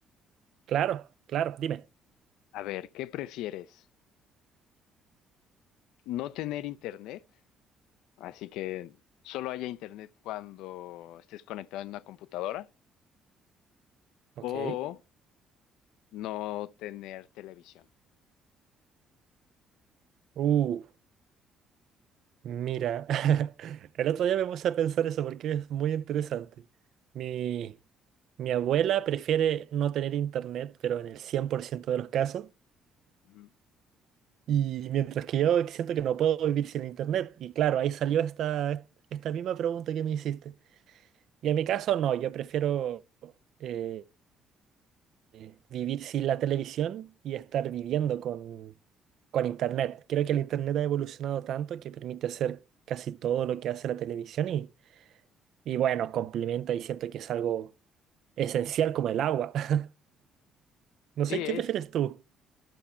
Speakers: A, on the right; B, on the left.
A: Claro, claro, dime.
B: A ver, ¿qué prefieres? ¿No tener internet? Así que solo haya internet cuando estés conectado en una computadora.
A: Ok.
B: O no tener televisión.
A: Uh, mira. <laughs> El otro día me puse a pensar eso porque es muy interesante. Mi, mi abuela prefiere no tener internet, pero en el 100% de los casos.
B: Ujú.
A: Y mientras que yo siento que no puedo vivir sin internet. Y claro, ahí salió esta, esta misma pregunta que me hiciste. Y en mi caso, no, yo prefiero eh, eh, vivir sin la televisión y estar viviendo con, con internet. Creo que el internet ha evolucionado tanto que permite hacer casi todo lo que hace la televisión y, y bueno, complementa y siento que es algo esencial como el agua. <laughs> No
B: Sí,
A: sé,
B: es.
A: ¿qué prefieres tú?